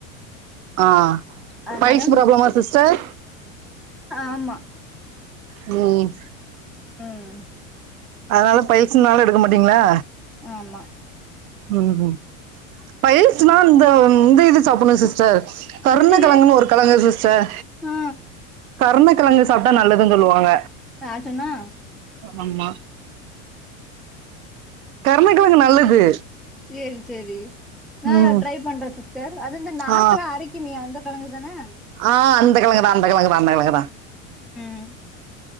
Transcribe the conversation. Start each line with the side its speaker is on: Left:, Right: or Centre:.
Right: ஆஹ்
Centre: அதனால
Right: பைல்ஸ் ப்ராப்ளமா சிஸ்டர்
Centre: ஆம்மா
Right: ம்
Centre: ம்
Right: அதனால பைல்ஸ்னால எடுக்க மாட்டீங்ளா
Centre: ஆமா
Right: ம்ம் பைல்ஸ்னா இந்த இந்த இது சாப்டுணு சிஸ்டர் கர்ண
Centre: என்னது
Right: கெழங்கன்னு ஒரு கெழங்கு சிஸ்டர்
Centre: ஆ
Right: கர்ண கெழங்கு சாப்டா நல்லதுன்னு சொல்லுவாங்க
Centre: யார்ச் சொன்னா
Right: அம்மா கர்ண கெழங்கு நல்லது
Centre: சேரி சேரி நா
Right: ம்
Centre: ட்ரை பண்றே சிஸ்டர் அது இந்த நாக்லா
Right: ஆ
Centre: அரிக்குமே அந்த கெழங்குதானே
Right: ஆ அந்த கெழங்குதா அந்த கெழங்குதா அந்த கெழங்குதா
Centre: ம்